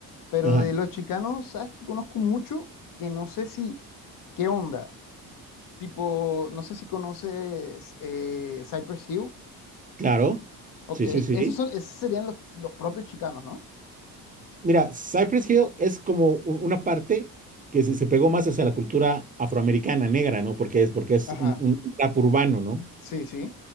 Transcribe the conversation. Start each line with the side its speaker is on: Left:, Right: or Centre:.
Left: pero
Right: Ajá,
Left: de los chicanos, ¿sabes que conozco mucho? Que no sé si, ¿qué onda? Tipo, no sé si conoces eh, Cypress Hill,
Right: claro.
Left: ok,
Right: Sí, sí, sí.
Left: esos son, esos serían los, los propios chicanos, ¿no?
Right: Mira, Cypress Hill es como un- una parte que se, se pegó más hacia la cultura afroamericana, negra, ¿no? Porque es, porque es
Left: Ajá,
Right: un, un rap urbano, ¿no?
Left: sí, sí.